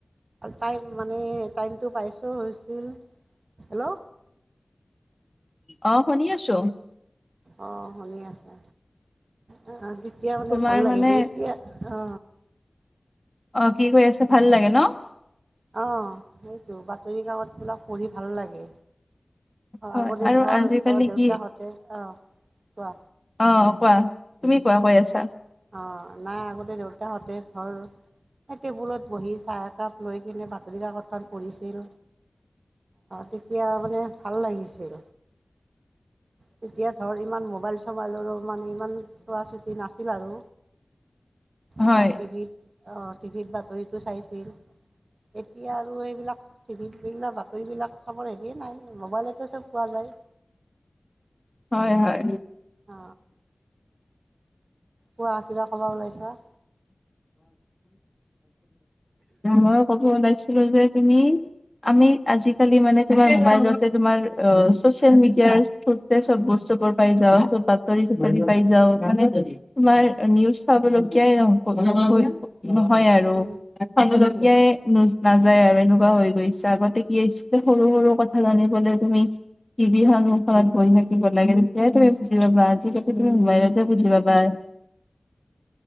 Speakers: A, on the right; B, on the left.
A: টাইম মানে টাইমটো পাইছো হৈছিল। হেল্ল',
B: অ শুনি আছো।
A: অ শুনি আছে। আহ তেতিয়া মানে
B: তোমাৰ
A: ভাল লাগিছে
B: মানে
A: এতিয়া অ,
B: অ কি কৈ আছে ভাল লাগে ন।
A: অ, সেইটো বাতৰি কাকত বিলাক পঢ়ি ভাল লাগে।
B: হয়
A: আগতে
B: আৰু
A: ধৰ
B: আজিকালি
A: ধৰ দেউতাহঁতে
B: কি
A: অ কোৱা,
B: অ কোৱা তুমি কোৱা কৈ আছা,
A: অ, নাই আগতে দেউতাহঁতে ধৰ - সেই টেবুলত বহি চাহ একাপ লৈ কিনে বাতৰি কাকতখন - পঢ়িছিল, তেতিয়া মানে ভাল লাগিছিল। তেতিয়া ধৰ ইমান মোবাইল চবাইলৰো মানে ইমান চোৱা চুতি নাছিল আৰু।
B: হয়
A: বা টিভিত অঁ টিভিত বাতৰিটো চাইছিল। এতিয়া আৰু এইবিলাক টিভিত এইগিলাক বাতৰিবিলাক খবৰ হেৰিয়ে নাই মোবাইলতে চব পোৱা যায়।
B: হয় হয়।
A: অ কোৱা কিবা কবা ওলাইছা?
B: মই ক'ব ওলাইছিলো যে - তুমি, আমি আজিকালি মানে তোমাৰ মোবাইলতে তোমাৰ চচেল মিডিয়া এতিয়া চব বস্তু বোৰ পাই যাওঁ, চব বাতৰি চাতৰি পাই যাও, মানে তোমাৰ- নিউজ চাবলগীয়া হয় নহয় আৰু।
A: উম
B: চাবলগীয়াই ন নাযায় আৰু এনেকুৱা হৈ গৈছে, আগতে কি আছিল সৰু সৰু কথা জানিবলৈও তুমি টিভিৰ সন্মূখত বহি থাকিব লাগে, তেতিয়াই তো বুজি পাবা আজি-কালিতো মোবাইল বুজিবা পাই।